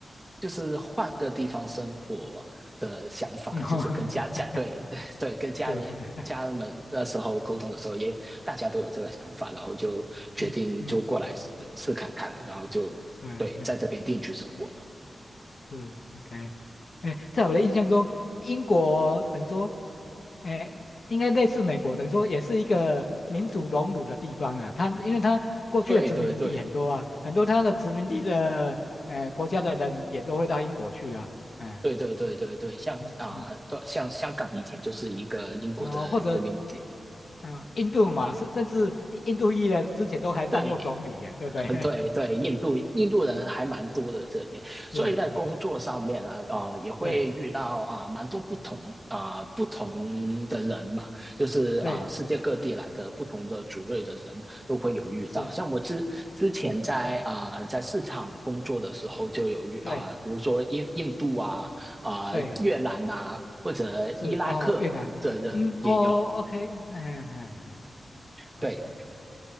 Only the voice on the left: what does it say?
嗯，嗯
<laughs>
是，<laughs>
嗯嗯，
对，嗯是，OK。哎，在我的印象中，英国等于说，哎，应该类似美国，等于说也是一个民主荣辱的地方啊。它因为它过去的殖民地很多啊，
很多它的殖民地的呃国家的人也都会到英国去啊。哎，
嗯嗯
嗯，然后或者啊、呃印度嘛，甚甚至印度裔的之前都还当过总理耶，
对不对？
<laughs>
是，
哎，
对
对
是，
嗯
对
对
是，哦，越南，嗯嗯，哦，OK，哎哎哎。OK，